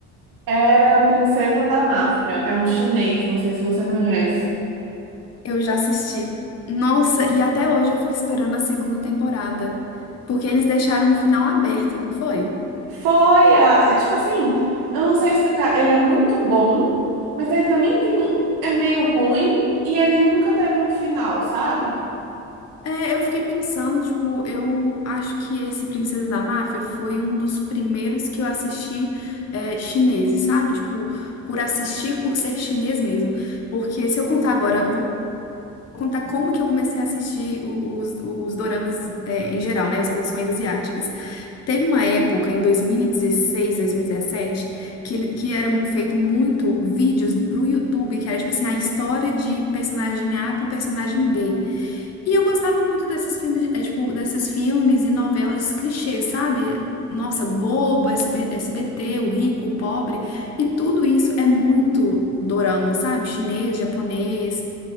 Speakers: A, on the right; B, on the left.
A: Era Princesa da Máfia, é um chinês, não sei se você conhece.
B: Eu já assisti. Nossa, e até hoje eu fico esperando a segunda temporada. Porque eles deixaram um final aberto, não foi?
A: Foi, a, tipo assim, eu não sei explicar, ele é muito bom, mas ele também tem, é meio ruim e ele nunca teve um final, sabe?
B: É, eu fiquei pensando, tipo, eu acho que esse Princesa da Máfia foi um dos primeiros que eu assisti é, chineses, sabe? Tipo, por assistir, por ser chinês mesmo. Porque se eu contar agora, eu vou contar como que eu comecei a assistir o- os, os doramas é, em geral, né? As produções asiáticas. Teve uma época, em 2016, 2017, que, ele- que eram feito muito vídeos pro YouTube, que era tipo assim, a história de personagem A com personagem B. E eu gostava muito desses filmes, é, tipo, desses filmes e novelas clichês, sabe? Nossa, Globo, SB, SBT, o rico, o pobre, e tudo isso é muito dorama, sabe? Chinês, japonês.